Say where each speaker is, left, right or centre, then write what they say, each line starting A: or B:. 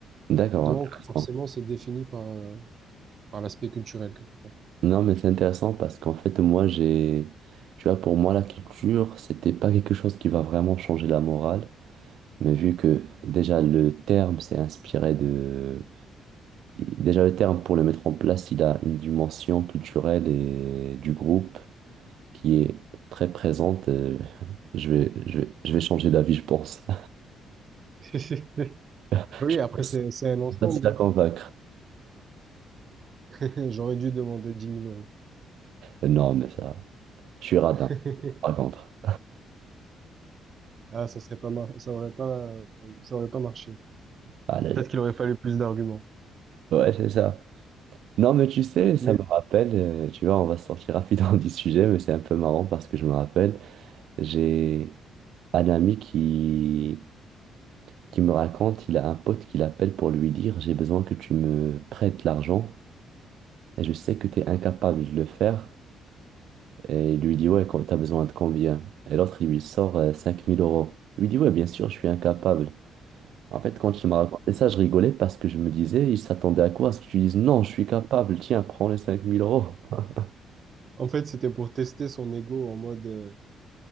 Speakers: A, on the right; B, on the right.
A: D'accord,
B: Donc
A: intéressant.
B: forcément, c'est défini par, euh, par l'aspect culturel, quelque part.
A: Non, mais c'est intéressant parce qu'en fait, moi, j'ai, tu vois, pour moi, la culture, c'était pas quelque chose qui va vraiment changer la morale. Mais vu que déjà le terme s'est inspiré de... Déjà le terme pour le mettre en place, il a une dimension culturelle et du groupe qui est très présente. euh, Je vais, je vais, je vais changer d'avis, je pense.
B: <laughs>
A: <laughs>
B: Oui,
A: Je
B: après,
A: pense
B: c'est,
A: que
B: c'est un ensemble.
A: c'est facile à convaincre.
B: <laughs> J'aurais dû demander dix mille euros.
A: Euh, Non, mais ça, je suis radin,
B: <laughs>
A: par contre.
B: Ah, ça serait pas mar- ça aurait pas, ça aurait pas marché.
A: Allez.
B: Peut-être qu'il aurait fallu plus d'arguments.
A: Ouais, c'est ça. Non, mais tu sais, ça
B: Mais
A: me rappelle, euh, tu vois, on va sortir rapidement <laughs> du sujet, mais c'est un peu marrant parce que je me rappelle, j'ai un ami qui qui me raconte, il a un pote qui l'appelle pour lui dire, j'ai besoin que tu me prêtes l'argent et je sais que tu es incapable de le faire. Et il lui dit, ouais, quand- t'as besoin de combien? Et l'autre, il lui sort euh, 5000 euros. Il lui dit, ouais, bien sûr, je suis incapable. En fait, quand il m'a raconté ça, je rigolais parce que je me disais, il s'attendait à quoi? À ce que tu dises, non, je suis capable, tiens, prends les cinq mille euros. <laughs>
B: en fait, c'était pour tester son ego en mode, euh,